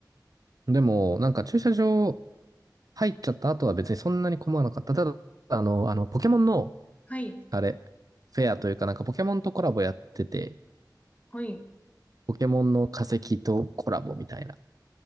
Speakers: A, on the right; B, on the left.
A: でも、なんか駐車場入っちゃった後は別にそんなに困らなかった。ただ、あの、あの、ポケモンの、
B: はい、
A: あれ、フェアというかなんかポケモンとコラボやってて、
B: はい。
A: ポケモンの化石とコラボみたいな。